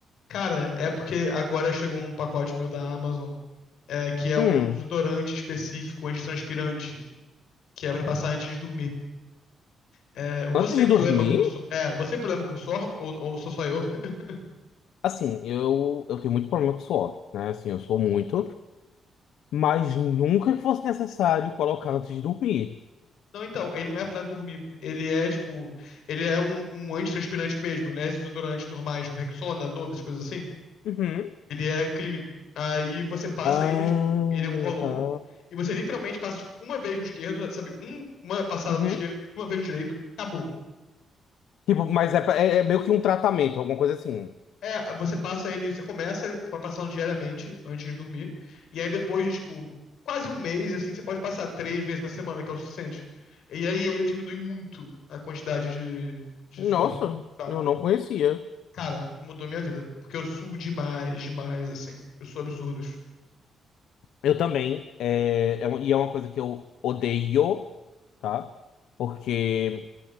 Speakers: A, on the left; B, on the left.
A: Cara, é porque agora chegou um pacote meu da Amazon, é, que é
B: Hum,
A: um desodorante específico antitranspirante, que é pra passar antes de dormir. É, você
B: antes
A: tem
B: de
A: problema
B: dormir,
A: com su- é, você tem problema com suor ou, ou sou só eu? <laughs>
B: assim, eu, eu tenho muito problema com suor, né? Assim, eu sou muito, mas nunca que fosse necessário colocar antes de dormir.
A: Não, então, ele não é pra dormir. Ele é tipo, ele é um, um antitranspirante mesmo, né? Esses desodorantes normais, tipo Rexona, Dove, essas coisas assim.
B: Uhum.
A: Ele é clínico. Aí você passa
B: Ah,
A: ele, tipo, ele é um roll-on
B: tá.
A: e você literalmente passa tipo uma vez no esquerdo, sabe? Um- uma passada
B: Uhum.
A: no esquerdo, uma vez no direito, acabou.
B: Tipo, mas é, pra- é, é meio que um tratamento, alguma coisa assim.
A: É, você passa ele, você começa passando diariamente antes de dormir, e aí depois de, tipo, quase um mês, assim, você pode passar três vezes na semana, que é o suficiente. E aí ele diminui muito a quantidade de, de
B: Nossa,
A: suor. tal.
B: eu não conhecia.
A: Cara, mudou minha vida, porque eu suo demais, demais, assim. Eu sou absurdos.
B: Eu também, é, é uma- e é uma coisa que eu odeio, tá? Porque